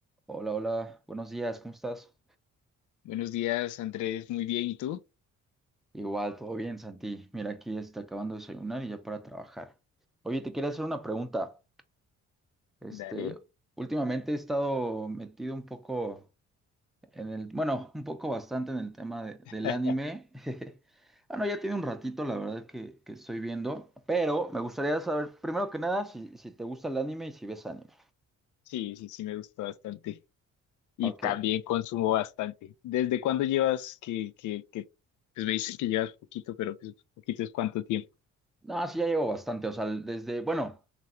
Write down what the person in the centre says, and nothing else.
Hola, hola, buenos días, ¿cómo estás?
Igual, todo bien, Santi. Mira, aquí está acabando de desayunar y ya para trabajar. Oye, te quería hacer una pregunta. Este,
últimamente he estado metido un poco en el, bueno, un poco bastante en el tema de- del
anime. <laughs> Bueno, ya tiene un ratito, la verdad, que, que estoy viendo, pero me gustaría saber, primero que nada, si, si te gusta el anime y si ves anime.
Ok.
No, sí, ya llevo bastante. O sea, desde, bueno,